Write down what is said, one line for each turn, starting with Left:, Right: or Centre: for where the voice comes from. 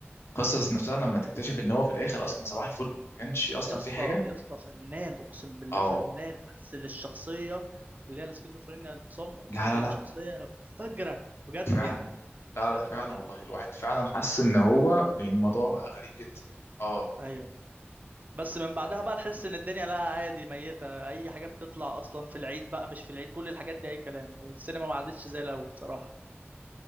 Left: القصه نفسها لما تكتشف ان هو في الاخر اصلا صباح الفل ما كانش اصلا
Right: يا اسطى
Left: في حاجه
Right: يا اسطى فنان اقسم بالله
Left: اه
Right: فنان بس للشخصيه اللي هي السكيزوفرينيا انفصام اقسم
Left: لا لا
Right: بالله
Left: لا
Right: شخصيه فجره بجد
Left: فعلا
Right: يعني
Left: لا لا لا، فعلا والله الواحد فعلا حس ان هو الموضوع بقى غريب جدا اه
Right: ايوه بس من بعدها بقى تحس ان الدنيا لا عادي ميته اي حاجه بتطلع اصلا في العيد بقى مش في العيد كل الحاجات دي اي كلام السينما ما عادتش زي الاول صراحه